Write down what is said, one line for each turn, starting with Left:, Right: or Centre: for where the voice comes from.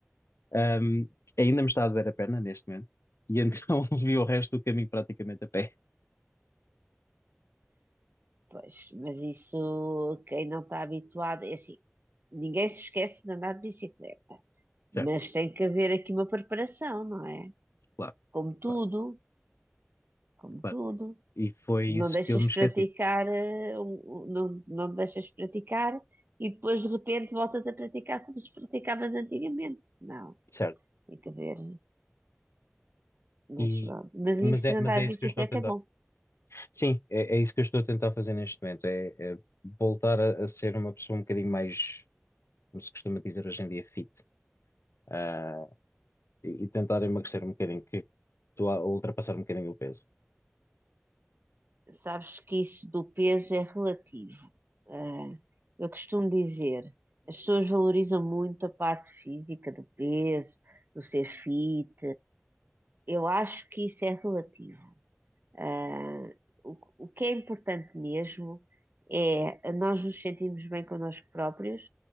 Left: Um, ainda me está a doer a perna neste momento. E então <laughs> vi o resto do caminho praticamente a pé.
Right: Pois, mas isso, quem não está habituado, é assim, ninguém se esquece de andar de bicicleta, mas
Left: Certo,
Right: tem que haver aqui uma preparação, não é?
Left: claro,
Right: Como tudo,
Left: claro,
Right: como
Left: claro.
Right: tudo.
Left: E foi
Right: Tu
Left: isso
Right: não deixas
Left: que eu me esqueci.
Right: praticar, eh, um- um- não, não te deixas praticar e depois de repente voltas a praticar como se praticavas antigamente. Não,
Left: Certo.
Right: tem que haver, mas
Left: E,
Right: pronto. Mas isso
Left: mas, é,
Right: de
Left: mas
Right: andar
Left: é
Right: de
Left: isso
Right: bicicleta
Left: que eu estou a tentar.
Right: é bom.
Left: Sim, é, é isso que eu estou a tentar fazer neste momento. É, é voltar a, a ser uma pessoa um bocadinho mais, como se costuma dizer hoje em dia, fit. Ah, e, e tentar emagrecer um bocadinho, que estou a ultrapassar um bocadinho o peso.
Right: Sabes que isso do peso é relativo. Ah, eu costumo dizer, as pessoas valorizam muito a parte física do peso, do ser fit. Eu acho que isso é relativo. Ah, o, o que é importante mesmo é nós nos sentirmos bem connosco próprios